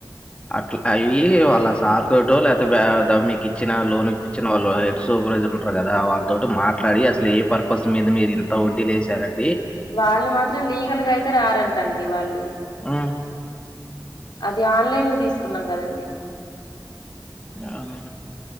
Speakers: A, on the left; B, on the left.
A: అట్లా అయ్యి వాళ్ళ సార్ తోటో, లేకపోతే బ్యా మీకు ఇచ్చిన లోన్ ఇప్పిచ్చిన వాళ్ళు హెడ్ సూపర్వైజర్ ఉంటారు గదా, వాళ్ళతోటి మాట్లాడి, అసలు ఏ పర్పస్ మీద మీరు ఇంత వొడ్డీలు వేసారు అని.
B: వాళ్ళు మాత్రం లీగల్గా అయితే, రారంటండి వాళ్ళు.
A: హ్మ్.
B: అది ఆన్లైన్ లో తీసుకున్నాం కదండి.
A: అవునా.